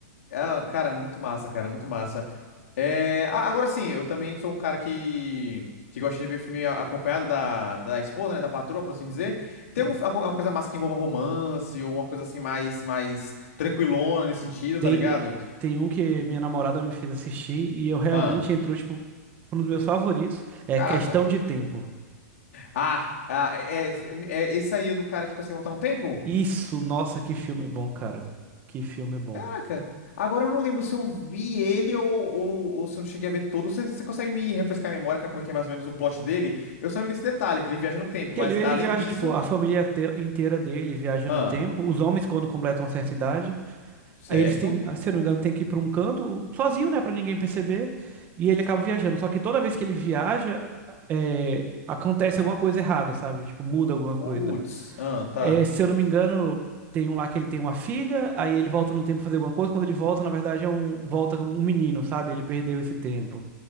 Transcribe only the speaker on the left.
Ah, cara, muito massa, cara, muito massa. É, a- agora sim, eu também sou um cara que, que gosta de ver filme a- acompanhado da, da esposa, né, da patroa, por assim dizer. Tem
algum- fi- alguma coisa massa que envolva romance ou uma coisa assim mais, mais tranquilona nesse sentido, tá
ligado?
Ah,
caraca.
Ah, ah, é, é, é esse aí é do cara que consegue voltar no tempo?
Caraca. Agora eu não lembro se eu vi ele ou, ou, ou se eu não cheguei a ver todo. Você, você consegue me refrescar a memória, cara, como é que é mais ou menos o plot dele? Eu só lembro desse detalhe, que ele viaja no tempo,
mas
além
disso.
Ah,
certo.
Putz, ah, tá.